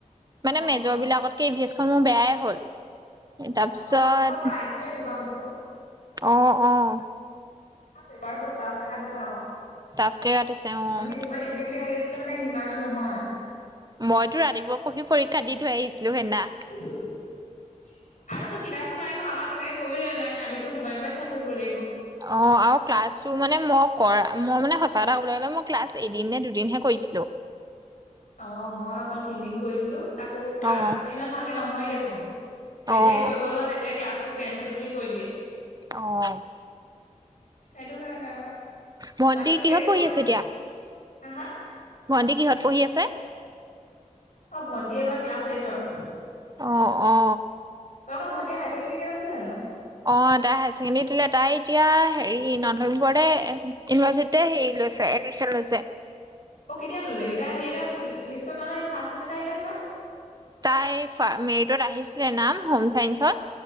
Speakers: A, on the right; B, on the left.
A: মানে
B: অ',
A: মেজৰ
B: অ',
A: বিলাকতকে ই ভি এচখন মোৰ বেয়াই হ'ল।
B: অ'
A: তাৰপিছত
B: আমাৰ আমাৰ প্ৰায়খিনিৰে এনেকুৱা হৈ হৈছে ন'।
A: অ', অ'।
B: পেপাৰ বহুত টাফকে কাটিছে আকৌ।
A: টাফকে কাটিছে অ'।
B: আমি যিমান ইজি বুলি ভাবি আছিলোঁ মানে, সিমানটো নহয়।
A: মইতো ৰাতিপুৱা পঢ়ি পৰীক্ষা দি থৈ আহিছিলোঁ সেদনা।
B: <unintelligible> আৰু টো কিতাপো নাই ন'? আমাক তেনেকে কৈও দিয়া নাই। আমিতো মোবাইল পা চাই পঢ়িব লাগিব।
A: অ', আৰু ক্লাছো মানে মই কৰা, মই মানে সঁচা কথা ক'বলে গ'লে মই ক্লাছ এদিন নে দুদিনহে কৰিছিলোঁ।
B: অ' মই অকল তিনিদিন কৰিছিলোঁ। আকৌ ক্লাছ
A: অ',
B: ইমান ভালকে নহয়ে দেখোন, যেতিয়াই
A: অ',
B: কৰিব যাওঁ তেতিয়াই ক্লাছ টো কেনচেল বুলি কৈ দিয়ে।
A: অ'।
B: সেইটোকাৰণে আৰু
A: ভণ্টি
B: বাকী
A: কিহত
B: হেৰি
A: পঢ়ি
B: নহয়,
A: আছে এতিয়া?
B: হা হা?
A: ভণ্টি কিহত পঢ়ি আছে?
B: অ' ভণ্টি এইবাৰ ক্লাছ এইটত।
A: অ' অ।
B: তোমালোকৰ ভণ্টিয়ে হাই-ছেণ্ডদাৰি দিয়া নাছিলে জানোঁ?
A: অ', তাই হায়াৰ ছেকেণ্ডৰী দিলে। তাই এতিয়া হেৰি নৰ্থ লখিমপুৰতে ইউনিভাৰ্চিট তে হেৰি লৈছে, এডমিশ্যন লৈছে।
B: অ', কেতিয়া ল'লেহি? তাই আহি লি লিষ্টত নাম আহি, ফাৰ্ষ লিষ্টত আহিলে নে নাম?
A: তাই ফা মেৰিটত আহিছিলে নাম হোম চাইন্সত,